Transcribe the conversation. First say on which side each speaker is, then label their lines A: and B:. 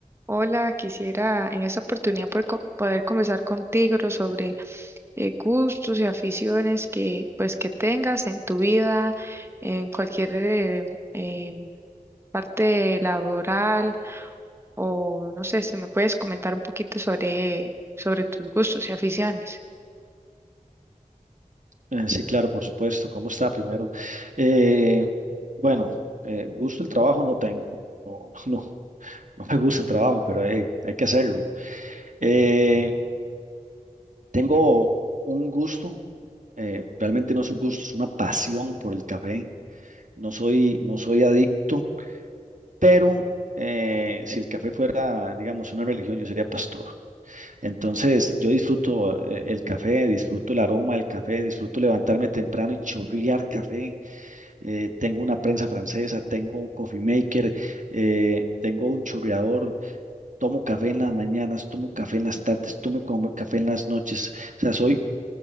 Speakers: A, on the right; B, on the right.
A: Hola, quisiera en esta oportunidad poder, co- poder conversar contigo sobre eh, gustos y aficiones que pues que tengas en tu vida, en cualquier eh, eh, parte laboral o no sé si me puedes comentar un poquito sobre sobre tus gustos y aficiones.
B: Eh, Sí, claro, por supuesto. ¿Cómo está primero? Eh, bueno, eh, gusto el trabajo no tengo. No, <laughs> no, no, no me gusta el trabajo, pero eh, hay que hacerlo. Eh, tengo un gusto, eh, realmente no es un gusto, es una pasión por el café. No soy, no soy adicto, pero eh, si el café fuera, digamos, una religión, yo sería pastor. Entonces, yo disfruto eh, el café, disfruto el aroma del café, disfruto levantarme temprano y chorrear café eh, tengo una prensa francesa, tengo un coffee maker, eh, tengo un chorreador, tomo café en las mañanas, tomo café en las tardes, tomo com- café en las noches. O sea, soy,